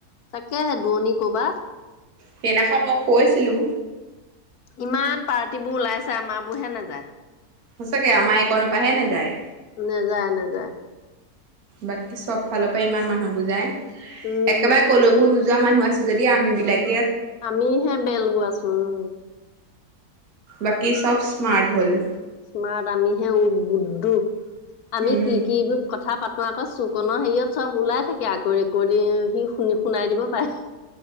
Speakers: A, on the left; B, on the right.
A: তাকেহে দোৱণী ক'বাত।
B: সেইদিখন মই কৈছিলো।
A: ইমান পাৰ্টিবোৰ ওলাইছে আমাৰবোৰ হে নাযায়।
B: সঁচাকে আমাৰ কনপাহে নেযায়।
A: নেযায় নেযায়।
B: বাকী চব ফালৰ পৰা ইমান মানুহ বুজ যায়
A: উম
B: একেবাৰে কলকো নোযোৱা মানুহ আছে যদি আমি বিললোক
A: আমি হে বেলগোৱাছো, উম।
B: বাকী চব স্মাৰট হ'ল।
A: স্মাৰ্ট আমিহে উ বুদ্ধো। আমি
B: উম
A: কি কিৰ কথা পাতো আপোনালোকৰ চুকনৰ হেৰিয়ত চব ওলাই থাকে আগৌ, ৰেকৰ্ডি, সি শুনি শুনাই দিব পাৰে।